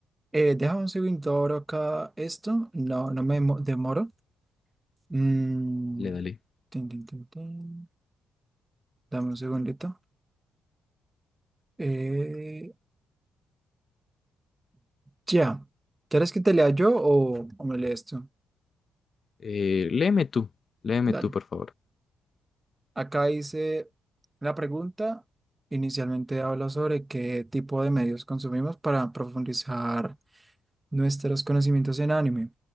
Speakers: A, on the right; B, on the left.
A: Eh, déjame un segundo, abro acá esto. No, no me mo- demoro. Mm,
B: Le dale.
A: tin, tin, tin, tin. Dame un segundito. Eh, ya. ¿Quieres que te lea yo o, o me lees tú?
B: Eh, léeme tú, léeme
A: Dale.
B: tú, por favor.
A: Acá dice la pregunta. Inicialmente habla sobre qué tipo de medios consumimos para profundizar nuestros conocimientos en anime,